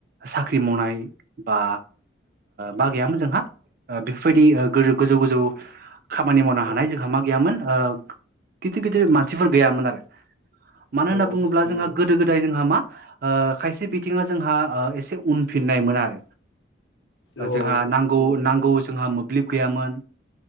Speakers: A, on the right; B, on the left.
A: साख्रि मावनाय बा बा गैयामोन जोंहा बेफोरबायदि गोजौ गोजौ खामानि मावनो
B: औ
A: हानाय जोंहा मा गैयामोन गिदिर गिदिर मानसिफोर गैयामोन आरो मानो
B: औ
A: होनना बुङोब्ला
B: नंगौ
A: जोंहा गोदो गोदाय जोंहा मा ओ खायसे बिथिङा जोंहा ओ एसे उनफिननायमोन आरो
B: औ
A: जोंहा नांगौ
B: नंगौ
A: नांगौ जोंहा मोब्लिब गैयामोन